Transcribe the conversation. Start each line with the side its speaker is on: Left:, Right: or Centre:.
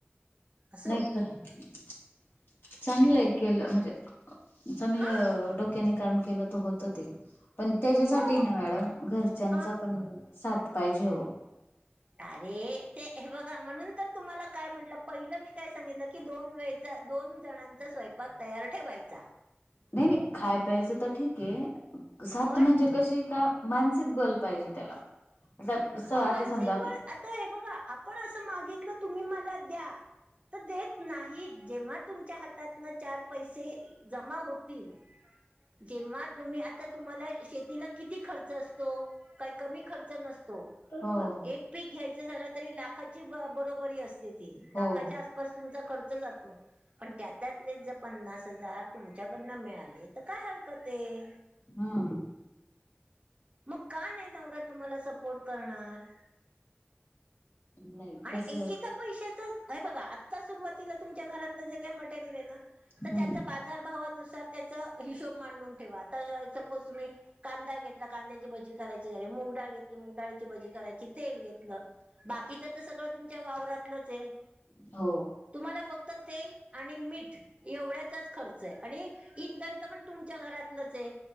Right: असं
Left: नाही
Right: होतं
Left: क चांगलं केलं म्हणजे चांगलं
Right: हा
Left: डोक्याने काम केलं तर होत ते पण त्याच्यासाठी
Right: हो
Left: ना मॅडम घरच्यांचा
Right: हा
Left: पण साथ पाहिजे ओ
Right: अरे ते हे बघा म्हणून तर तुम्हाला काय म्हटलं पहिलं मी काय सांगितलं की दोन वेळचा दोन जणांचा स्वयंपाक तयार ठेवायचा
Left: नाही नाही खाय प्यायचं तर ठीक आहे सात
Right: पण
Left: म्हणजे कशी का मान <unintelligible> बल पाहिजे त्याला आता
Right: आओ
Left: आता
Right: मानसिक
Left: समजा आप
Right: बळ आता हे बघा आपण असं मागितलं तुम्ही मला द्या देत नाही जेव्हा तुमच्या हातात ना चार पैसे जमा होतील. जेव्हा तुम्ही आता तुम्हाला शेतीला किती खर्च असतो? काही कमी खर्च नसतो.
Left: ह.
Right: एक पीक घ्यायचं झालं तरी लाखाची ब बरोबरी असते ती.
Left: हो
Right: लाखाच्या आसपास तुमचा खर्च जातो. पण त्या त्यातलेच जर पन्नास हजार. तुमच्याकडनं मिळाले तर काय हरकत आहे?
Left: हा.
Right: मग का नाही नवरा तुम्हाला सपोर्ट करणार.
Left: नाही
Right: आणि
Left: तस
Right: एकेका पैशाच हे बघा, आत्ता सुरुवातीला तुमच्या घरातलं जे काय मटेरियल आहे ना तर
Left: हम्म
Right: त्याचा बाजारभवानुसार त्याचा हिशोब मांडून ठेवा. सपोज तुम्ही कांदा घेतला कांद्याची भजी करायची झाली, मुगडाळ घेतली मुगडाळची भजी करायची, तेल घेतलं, बाकीच तर सगळं तुमच्या वावरातलंच आहे.
Left: हो.
Right: तुम्हाला फक्त तेल आणि मीठ एवढ्याचाच खर्च आहे. आणि इंधन तर पण तुमच्या घरातलंच आहे.